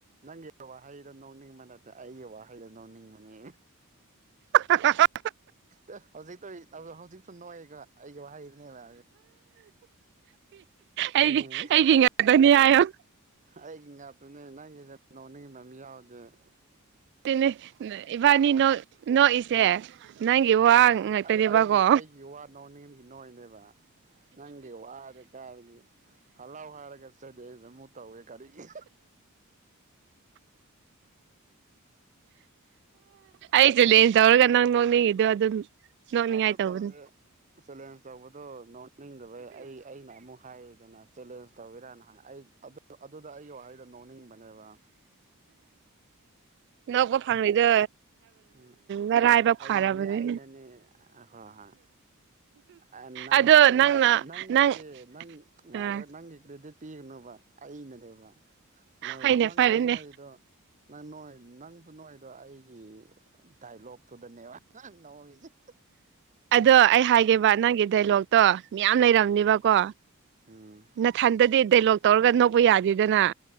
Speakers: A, on the right; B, on the right.
A: ꯅꯪꯒꯤ ꯋꯥꯍꯩꯗꯣ ꯅꯣꯛꯅꯤꯡꯕ ꯅꯠꯇꯦ ꯑꯩꯒꯤ ꯋꯥꯍꯩꯗꯣ ꯅꯣꯛꯅꯤꯡꯕꯅꯦ꯫
B: <unintelligible>
A: ꯑꯦ ꯍꯧꯖꯤꯛ ꯇꯧꯋ ꯍꯧꯖꯤꯛꯁꯨ ꯅꯣꯏꯌꯦ ꯈꯔ ꯑꯩꯒꯤ ꯋꯥꯍꯩꯗꯨꯅꯦꯕ
B: ꯑꯩꯗꯤ
A: ꯁꯤꯅꯤ
B: ꯑꯩꯒꯤ ꯉꯥꯛꯗꯅꯤ ꯍꯥꯏꯌꯣ꯫
A: ꯑꯩꯒꯤ ꯉꯥꯇꯅꯦ ꯅꯪꯒꯤꯖꯦ <unintelligible>
B: ꯇꯦꯅꯦ ꯏꯕꯥꯅꯤ ꯅꯣꯛꯏꯁꯦ ꯅꯪꯒꯤ ꯋꯥ ꯉꯥꯛꯇꯅꯦꯕꯀꯣ
A: ꯑꯩ ꯑꯩꯒꯤ ꯑꯩꯒꯤ ꯋꯥ ꯅꯣ ꯅꯦꯝꯒꯤ ꯅꯣꯏꯅꯦꯕ ꯅꯪꯒꯤ ꯋꯥꯔ ꯀꯥꯔꯒꯤ ꯍꯜꯂꯥꯎ ꯍꯥꯏꯔꯒ ꯆꯦꯗꯦꯁ ꯑꯃꯨꯛ ꯇꯧꯒꯦ ꯀꯔꯤꯒꯤ
B: ꯑꯩ ꯆꯦꯂꯦꯟꯖ ꯇꯧꯔꯒ ꯅꯪ ꯅꯣꯛꯅꯤꯡꯉꯤꯗꯣ ꯑꯗꯨꯝ ꯅꯣꯛꯅꯤꯡꯉꯥꯏ
A: ꯑꯗ
B: ꯇꯧꯕꯅꯤ
A: ꯇꯧꯗꯦ ꯆꯦꯂꯦꯟꯖ ꯇꯧꯕꯗꯣ ꯅꯣ ꯅꯤꯡꯗꯕꯩ ꯑꯩ ꯑꯩꯅ ꯑꯃꯨꯛ ꯍꯥꯏꯗꯅ ꯆꯦꯂꯦꯟꯖ ꯇꯧꯒꯤꯔꯅꯪꯉ ꯑꯩ ꯑꯗꯣ ꯑꯗꯨꯗ ꯑꯩꯒꯤ ꯋꯥꯍꯩꯗ ꯅꯣꯛꯅꯤꯡꯕꯅꯦꯕ꯫
B: ꯅꯣꯛꯄ ꯐꯪꯂꯤꯗꯣ
A: ꯎ
B: ꯅꯔꯥꯏꯕꯛ
A: ꯑꯩꯅꯅꯦ
B: ꯐꯔꯕꯅꯤ
A: ꯑꯩꯅꯅꯦ ꯍꯣꯏ ꯍꯣꯏ ꯑꯥ ꯅꯪ
B: ꯑꯗꯣ ꯅꯪꯅ
A: ꯅꯪ ꯅꯪꯒꯤ
B: ꯅꯪ
A: ꯅꯪ ꯅꯪ
B: ꯑ
A: ꯅꯪꯒꯤ ꯀ꯭ꯔꯦꯗꯤꯠ ꯄꯤꯒꯅꯨꯕ ꯑꯩꯅꯅꯦꯕ ꯅꯣꯏꯗ
B: ꯍꯣꯏꯅꯦ
A: ꯅꯪꯁꯨ
B: ꯐꯔꯦꯅꯦ
A: ꯅꯣꯏꯗꯣ ꯅꯪ ꯅꯣꯏ ꯅꯪꯁꯨ ꯅꯣꯏꯗꯣ ꯑꯩꯒꯤ ꯗꯥꯏꯂꯣꯒ ꯇꯨꯗꯅꯦ ꯅꯣꯛꯏꯖꯦ ꯫
B: ꯑꯗꯣ ꯑꯩ ꯍꯥꯏꯒꯦꯕ ꯅꯪꯒꯤ ꯗꯥꯏꯂꯣꯛꯇꯣ ꯃꯌꯥꯝ ꯂꯩꯔꯝꯅꯦꯕꯀꯣ
A: ꯎꯝ ꯎꯝ
B: ꯅꯊꯟꯇꯗꯤ ꯗꯥꯏꯂꯣꯛ ꯇꯧꯔꯒ ꯅꯣꯛꯄ ꯌꯥꯗꯦꯗꯅ꯫